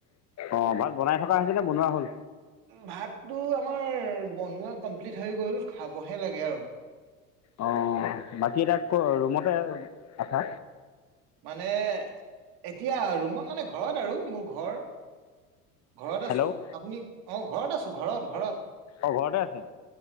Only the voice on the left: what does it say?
অ' ভাত বনাই থকা হৈছে নে বনোৱা হ'ল?
অ' বাকী এটা ক'ত ৰুমতে থাকা?
হেল্ল'
অ' ঘৰতে আছে।